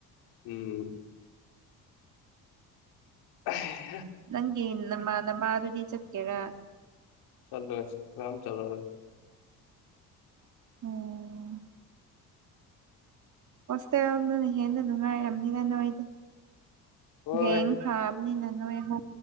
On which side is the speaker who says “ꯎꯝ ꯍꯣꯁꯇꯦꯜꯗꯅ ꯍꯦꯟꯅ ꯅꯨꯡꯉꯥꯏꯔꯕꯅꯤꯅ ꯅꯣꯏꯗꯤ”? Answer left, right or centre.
Right